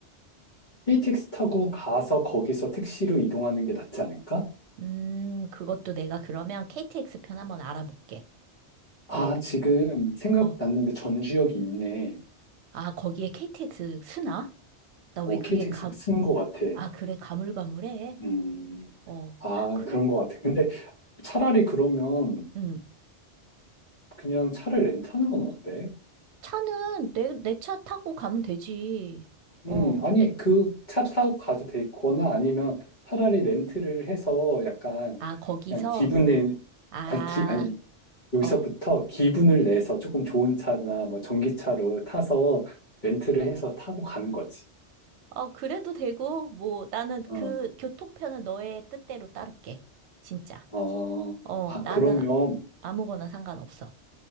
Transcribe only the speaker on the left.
KTX 타고 가서 거기서 택시로 이동하는 게 낫지 않을까?
아,
지금 생각났는데
전주역이 있네.
오,
KTX가
쓰는 것 같아.
음,
아,
그런 것 같아. 근데 차라리 그러면
그냥 차를 렌트하는 건 어때?
음, 아니,
그 차 사고 가도 되거나 아니면 차라리 렌트를 해서 약간
그냥 기분 내,
아니, 기, 아니, 여기서부터
기분을 내서 조금 좋은 차나 뭐 전기차로 타서 렌트를 해서 타고 가는 거지.
어,
어,
아,
그러면